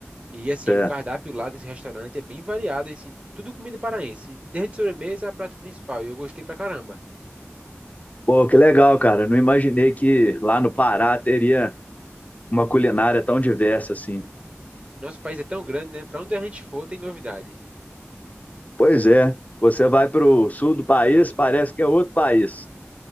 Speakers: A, on the right; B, on the left.
A: E assim,
B: certo.
A: o cardápio lá desse restaurante é bem variado, e, assim, tudo comida paraense, desde sobremesa a prato principal, e eu gostei pra caramba.
B: Pô, que legal, cara. Não imaginei que lá no Pará teria uma culinária tão diversa assim.
A: Nosso país é tão grande, né? Pra onde a gente for tem novidade.
B: Pois é, você vai para o sul do país, parece que é outro país.